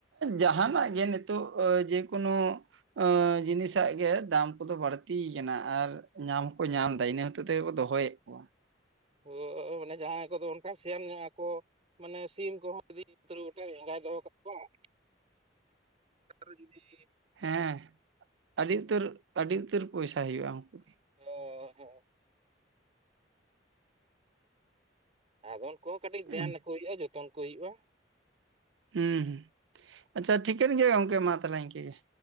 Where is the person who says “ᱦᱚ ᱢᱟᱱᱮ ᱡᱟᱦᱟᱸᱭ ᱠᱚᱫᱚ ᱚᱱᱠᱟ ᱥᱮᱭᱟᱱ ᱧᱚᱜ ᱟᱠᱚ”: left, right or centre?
Right